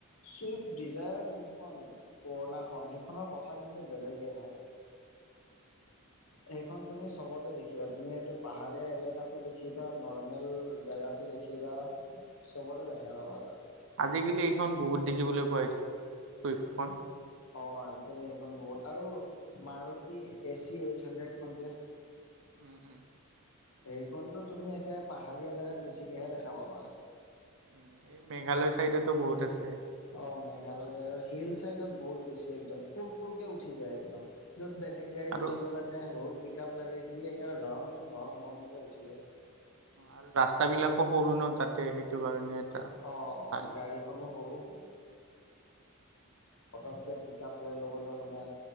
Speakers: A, on the left (about 75°); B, on the right (about 65°).
A: চুইফ্ট ডিজায়াৰ যোনখন পুৰণাখন সেইখনৰ কথা কিন্তু বেলেগে হয়। সেইখন তুমি চবতে দেখিবা, তুমি এইটো পাহাৰীয়া এলেকাতটো দেখিবা, নৰ্মেল জেগাত দেখিবা, চবতো দেখা পাবা।
B: আজিকালি এইখন বহুত দেখিবলৈ পোৱা হৈছে চুইফ্টখন।
A: অ' আজিকালি সেইখন বহুত আৰু মাৰুতি এচি এইট হানড্ৰেডখন যে
B: উম, উম,
A: সেইখনতো তুমি একে পাহাৰীয়া জেগাত বেছিকেহে দেখা পাবা।
B: উম, এই মেঘালয় চাইডতো বহুত আছে।
A: অ' মেঘালয় চাইডৰ, হিল চাইদত বহুত বেছি, একদম পুৰপুৰকে উঠি যায় একদম। য'ত বেলেগ গাড়ী
B: আৰু
A: উঠিবৰ কাৰণে বহুত পিক আপ লাগে, সি একেবাৰে ৰং বৰং বৰংকৈ উঠি যায়।
B: আৰু ৰাস্তাবিলাকো সৰু ন' তাতে সেইটো কাৰণে। এটা
A: অ'
B: ভাল।
A: গাড়ীখনো সৰু। পটককৈ পিক আপ লৈ ল'বলৈ মানে,